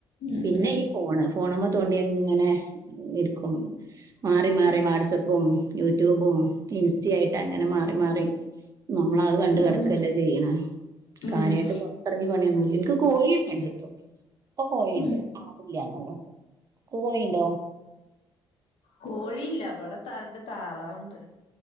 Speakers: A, on the left (about 70°); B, on the right (about 35°).
A: ഉം
B: പിന്നെ ഈ ഫോണ് ഫോണ തോണ്ടി അങ്ങനെ ഇരിക്കും മാറി മാറി വാട്സപ്പും യൂട്യൂബും ഇൻസ്റ്റയിട്ട് അങ്ങനെ മാറി മാറി നമ്മള് അത് കണ്ട് കിടക്കല്ല
A: അങ്ങനെ
B: ചെയ്യണെ
A: ഉം
B: കാര്യമായിട്ട് ഇറങ്ങി പണന്ന് എനിക്ക് കോഴിയ കണ്ട കിട്ടോ അപ്പൊ കോഴിയുണ്ട്
A: ഉം
B: ആടില്ലന്നള്ളോ അൻക്ക് കോഴിണ്ടോ
A: കോഴിയില്ല അവിടെത്താണ്ട് താറാവുണ്ട്